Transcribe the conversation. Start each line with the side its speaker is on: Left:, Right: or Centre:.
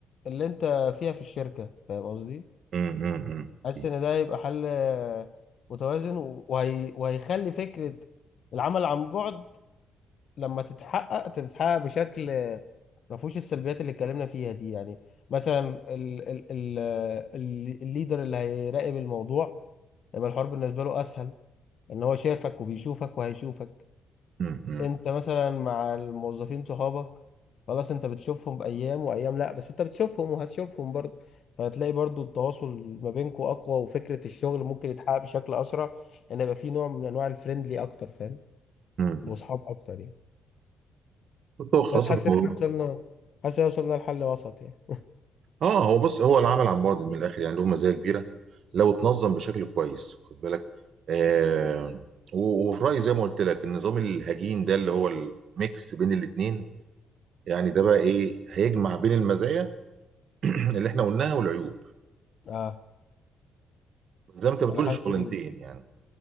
Left: اللي انت فيها في الشركة فاهم قصدي
Right: م- م- م-
Left: حاسس
Right: م-
Left: ان ده هيبقى حل آه، متوازن و- وهي... وهيخلي فكرة العمل عن بعد لما تتحقق تتحقق بشكل آه، ما فيهوش السلبيات اللي اتكلمنا فيها دي يعني مثلا ال... ال... ال... آه، ال- الليدر اللي هيراقب الموضوع يبقى الحوار بالنسبة له اسهل ان هو شافك وبيشوفك وهيشوفك
Right: م- م-
Left: انت مثلا مع الموظفين صحابك خلاص انت بتشوفهم بايام وايام لا بس انت بتشوفهم وهتشوفهم برضه فهتلاقي برضه التواصل ما بينكم اقوى وفكرة الشغل ممكن يتحقق بشكل اسرع ان يبقى في نوع من انواع الفريندلي اكتر فاهم
Right: م-
Left: واصحاب
Right: م.
Left: اكتر يعني
Right: كنت خلاص
Left: بس حاسس
Right: في الموضوع
Left: ان احنا وصلنا حاسس ان وصلنا لحل وسط يعني
Right: اه هو بص هو العمل عن بعد من الاخر يعني له مزايا كبيره لو اتنظم بشكل كويس واخد بالك آه و- وفي رايي زي ما قلت لك النظام الهجين ده اللي هو الميكس بين الاثنين يعني ده بقى ايه هيجمع بين المزايا <clears throat> اللي احنا قلناها والعيوب
Left: اه
Right: زي ما انت بتقول
Left: انا حاسس
Right: الشغلانتين
Left: ان
Right: يعني